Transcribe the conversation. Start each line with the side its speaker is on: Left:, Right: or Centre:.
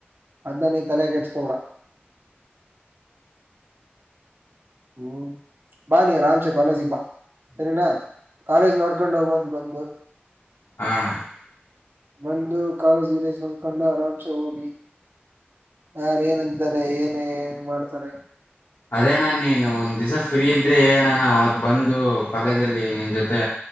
Right: ಅದನ್ನನ ಈ ತಲೆಗೆ ಎಟ್ಸ್ಕೊಬಡ ಹ್ಮ್ ಬಾ ನೀ ಆಾಮಸ ಕಾಲಜ ಇ ಬಾ ಸರಿನಾ ಕಾಲೇಜ್ ನೋಡ್ಕೊಂಡ್ ಹೋಗಂದ ಬಂದು
Left: ಹಣ
Right: ಒಂದು ಕಾಲೇಜ್ ಇದೆ ಕೊಂಡು ಆರಾಮ್ಸೆ ಹೋಗಿ ಯಾರ ಏನಂತಾರೆ ಏನೇ ಮಾಡ್ತಾರೆ
Left: ಅದೇ ಅಣ್ಣ ನೀನು ಒಂದು ದಿವಸ ಫ್ರೀ ಇದ್ದರೆ ಹೇಳೋಣ ಅವತ್ತು ಬಂದು ಕಾಲೇಜಲ್ಲಿ ನಿನ್ನ ಜೊತೆ